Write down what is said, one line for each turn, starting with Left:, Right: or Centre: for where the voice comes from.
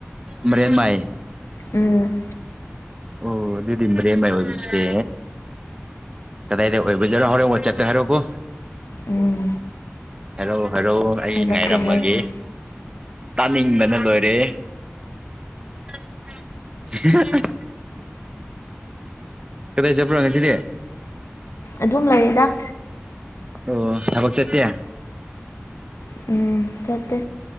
Right: ꯃꯔꯦꯝ ꯃꯥꯏ
Left: ꯎꯝ
Right: ꯑꯣ ꯑꯗꯨꯗꯤ ꯃꯔꯦꯝꯃꯥꯏ ꯑꯣꯏꯕꯁꯦ ꯀꯗꯥꯏꯗ ꯑꯣꯏꯕꯖꯔꯣ ꯍꯣꯔꯦꯟ ꯋꯥꯠꯆꯞꯇ ꯍꯥꯏꯔꯛꯑꯣꯀꯣ
Left: ꯎꯝ
Right: ꯍꯔꯣ ꯍꯔꯣ ꯑꯩ
Left: ꯍꯥꯏꯔꯛꯀꯦ
Right: ꯉꯥꯏꯔꯝꯃꯒꯦ
Left: ꯍꯥꯏꯔꯛꯀꯦ
Right: ꯇꯥꯅꯤꯡꯕꯅ ꯂꯣꯏꯔꯦ <inaudible> ꯀꯗꯥꯏ ꯆꯠꯄꯔ ꯉꯁꯤꯗꯤ
Left: ꯑꯗꯨꯝ ꯂꯩꯗ
Right: ꯑꯣ ꯊꯕꯛ ꯆꯠꯇꯦ
Left: ꯎꯝ ꯁꯠꯇꯦ